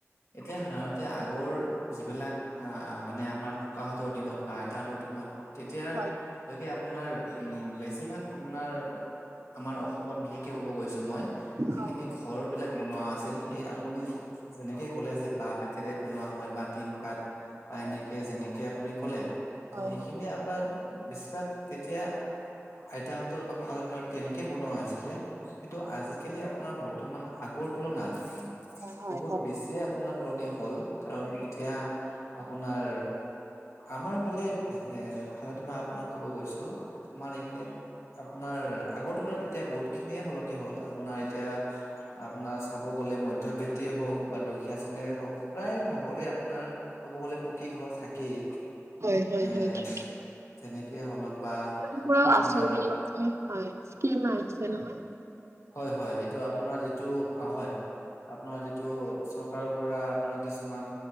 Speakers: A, on the left; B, on the right.
A: এতিয়া সাধণতে যে আগৰ যিবিলাক আ, মানে আমাৰ ককাহঁতৰ দিনত বা আইতাহঁতৰ দিনত তেতিয়ালৈকে
B: হয়
A: আপোনাৰ বেছিভাগ আপোনাৰ আমাৰ অস অসময়ত বিশেষকে ক'ব গৈছোঁ মই, যিখিনি
B: হয় হয়
A: ঘৰবিলাক বনোৱা আছিল সেই আপুনি', যেনেকে ক'লে যে বাঁহ বেতেৰে বনোৱা হয় বা তিন পাত বা এনেকে যেনেকে আপুনি কলে ত
B: হয়
A: সেইখিনিয়
B: হয় হয়
A: আপোনাৰ বেছিভাগ কেতিয়া আইতাহত ককাৰ হতৰ দিনত তেনেকে বনোৱা হৈছিলে কিন্তু আজিকালি আপোনাৰ বৰ্তমান আগৰ তুলনাত।
B: হয়
A: বহুত
B: হয় হয়
A: বেছিয়ে আপোনাৰ সলনি হ'ল কাৰণ এতিয়া আপোনাৰ আমাৰ ফালে এ সাধাতে মই আপোনাক ক'ব গৈছো। আমাৰ এইখিনিত আপোনাৰ আগৰ তুলনাত এতিয়া বহুত খিনিয়ে সলনি হ'ল আপোনাৰ এতিয়া আ আপোনাৰ চাব গ'লে মধ্যবিতিয়ে হওক বা দুখীয়া শ্ৰেণীৰে হওক প্ৰায় ভাগৰে আপোনাৰ ক'ব গ'লে। পকী ঘৰ থাকেই।
B: হয় হয় হয় হয় হয়
A: এ
B: হয় তাকে
A: তেনেকেই হলক বা
B: পুৰা
A: আপোনাৰ।
B: আঁচনি হয় স্কম আহিছে নহয়।
A: হয় হয় এইটো আপোনাৰ যিটো অ হয় আপোনাৰ যিটো চৰকাৰৰ আপোনাৰ কিছুমান